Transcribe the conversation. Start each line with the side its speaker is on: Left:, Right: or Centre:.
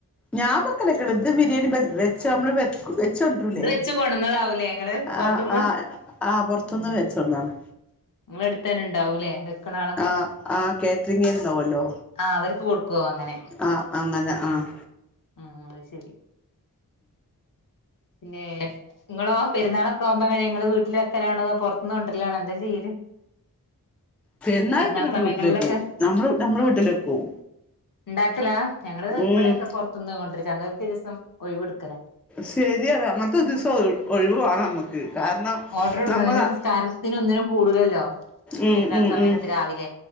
Centre: ഞാൻ വെക്കല്ലൊക്കെണ്ട് ഇത് ബിരിയാണി ച്ച് നമ്മള് വെ വെച്ചോണ്ടരൂലേ
Left: വെച്ച് കൊണ്ടന്നതാവൂലേ ഇങ്ങള് പൊറത്ത്ന്ന്
Centre: ആഹ് ആഹ് ആഹ് പൊറത്ത്ന്ന്
Left: ഉം
Centre: വെച്ചൊട്ന്നതാണ്
Left: ഇങ്ങളെ അടുത്തന്നെ ഇണ്ടാവൂലേ വെക്കണ ആളൊക്കെ
Centre: ആഹ് ആഹ് കേറ്ററിങ്ങാര്ണ്ടാവോലോ
Left: ആഹ് അവർക്ക് കൊട്ക്കൊ അങ്ങനെ
Centre: ആഹ് അങ്ങനെ ആഹ്
Left: ഉം ഉം അത് ശരി പിന്നെ ഇങ്ങളോ പെരുന്നാളൊക്കെ ആവുമ്പോ എങ്ങനെ ഇങ്ങള് വീട്ടില് വെക്കലാണോ അതൊ പൊറത്ത്ന്ന് കൊണ്ടരലാണോ എന്താ ചെയ്യല്
Centre: പെരുന്നാള്ക്ക്
Left: പെരുന്നാൾ
Centre: നമ്മള്
Left: സമയങ്ങളിലൊക്കെ
Centre: വീട്ടില് വെക്കും നമ്മള് നമ്മളെ വീട്ടിലെക്കും
Left: ഇണ്ടാക്കലാ ഞങ്ങള് ഇവിടെക്കെ
Centre: ഉം
Left: പൊറത്ത്ന്ന് കൊണ്ടിരിച്ച അന്നത്തെ ഒരീസം ഒഴിവ് ഇട്ക്കലാ
Centre: ശരിയാ അങ്ങനത്തെ ഒരീസം ഒഴി ഒഴിവ് വാണം നമ്മക്ക് കാരണം
Left: ഓർഡർ കൊടുക്കും
Centre: നമ്മളാ
Left: ഒരു നിസ്കാരത്തിന് ഒന്നിനും കൂടൂലല്ലോ
Centre: ഉം
Left: പെരുന്നാൾ
Centre: ഉം
Left: സമയത്ത്
Centre: ഉം
Left: രാവിലെ